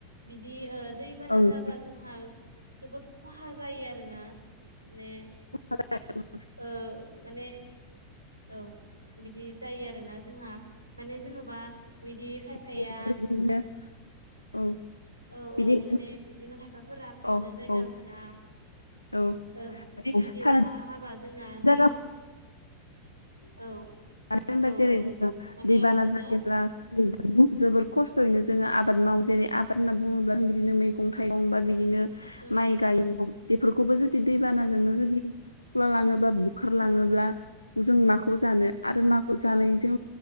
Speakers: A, on the right; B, on the left.
A: बिदि ओ दैबाना
B: ओं
A: जाबा जोंहा जोबोद खहा जायो आरोना माने
B: <unintelligible>
A: ओ माने औ बिदि जायो आरोना जोंहा माने जेन'बा बिदि खायफाया
B: बिदिनो औ
A: औ
B: बिदि
A: औ माने बिदिनो खायफाफोरा थानो
B: औ
A: जायगा
B: औ
A: मोना
B: औ
A: ओं
B: माने
A: बिदि
B: थानो
A: अखा हाबा जोंना
B: जागा
A: दै औ
B: मानो होनबा
A: औ
B: जेरै
A: औ
B: जोङो
A: माने
B: दैबाना
A: बिदिनो
B: जायोब्ला जोबोर खस्थ'यैनो जोङो आबाद मावो जेरै आबाद होनना बुङोब्ला जों बिदिनो मैगं थाइगं बा बिदिनो
A: उम
B: माइ गायो बेफोरखौबो जुदि दैबानाजोंनो
A: उम
B: जुदि खख्ला लाङोबा बुखार लाङोबा जों माखौ जानो आरो माखौ जानाय
A: उम
B: जों